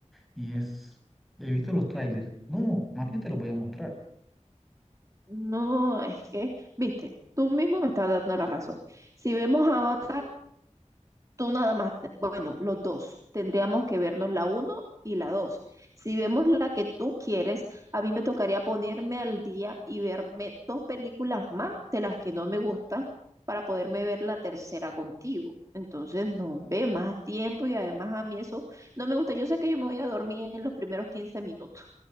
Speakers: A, in the centre; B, on the right.
A: y es, he visto los trailers. No, más bien te los voy a mostrar.
B: No, es que, viste, tú mismo me estás dando la razón. Si vemos Avatar, Tú nada más, bueno, los dos, tendríamos que vernos la uno y la dos. Si vemos la que tú quieres, a mí me tocaría ponerme al día y verme dos películas más de las que no me gustan para poderme ver la tercera contigo. Entonces, no ve más tiempo y además a mí eso no me gusta. Yo sé que yo me voy a dormir en los primeros quince minutos.